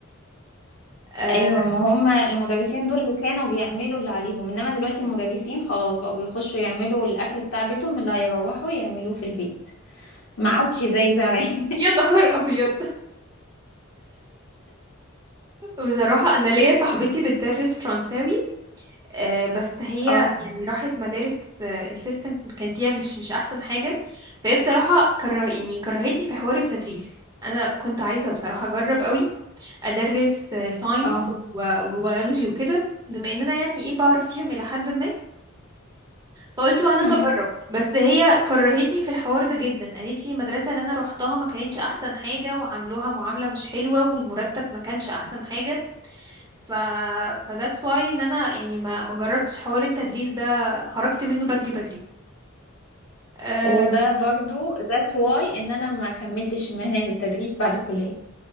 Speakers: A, on the right (about 20°); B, on the left (about 70°).
A: آه،
B: ايوه ما هم المدرسين دول اللي كانوا بيعملوا اللي عليهم انما دلوقتي المدرسين خلاص بقوا بيخشوا يعملوا الاكل بتاع بيتهم اللي هيروحوا يعملوه في البيت ما عادش زي زمان <laughs>
A: يا نهار ابيض <laughs> بصراحة انا ليا صاحبتي بتدرس فرنساوي آه، بس هي
B: اه
A: يعني راحت مدارس آه، السيستم كان فيها مش مش احسن حاجة فهي بصراحة كره يعني كرهتني في حوار التدريس انا كنت عايزة بصراحة اجرب قوي ادرس ساينس
B: اه
A: وبيولوجي وكده بما ان انا يعني ايه بعرف فيهم الى حد ما فقلت بقى انا
B: مم.
A: اتجرب بس هي كرهتني في الحوار ده جدا قالت لي المدرسه اللي انا روحتها ما كانتش احسن حاجه وعاملوها معامله مش حلوه والمرتب ما كانش احسن حاجه ف ف that's why ان انا يعني ما ما جربتش حوار التدريس ده خرجت منه بدري بدري أه...
B: وده برضو that's why ان انا ما كملتش مهنة التدريس بعد الكلية